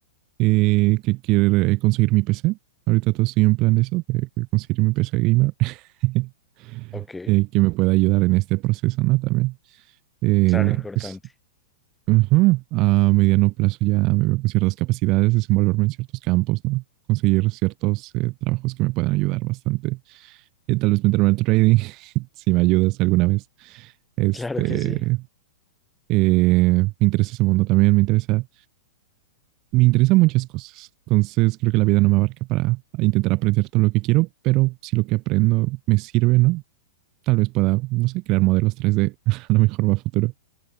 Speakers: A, on the right (about 30°); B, in the centre.
A: eh, que quiero conseguir mi PC. Ahorita todo estoy en plan de eso, de conseguir mi PC gamer, <laughs>
B: ok,
A: eh, que me pueda ayudar en este proceso, ¿no? También eh,
B: claro, importante.
A: es
B: <laughs>
A: Ajá. A mediano plazo ya me veo con ciertas capacidades, desenvolverme en ciertos campos, ¿no? Conseguir ciertos eh, trabajos que me puedan ayudar bastante. Eh, tal vez meterme al trading, <laughs> si me ayudas alguna vez. Este,
B: Claro que sí.
A: eh, me interesa ese mundo también, me interesa, me interesan muchas cosas. Entonces creo que la vida no me abarca para intentar aprender todo lo que quiero, pero si lo que aprendo me sirve, ¿no? Tal vez pueda, no sé, crear modelos 3D, <laughs> a lo mejor va a futuro,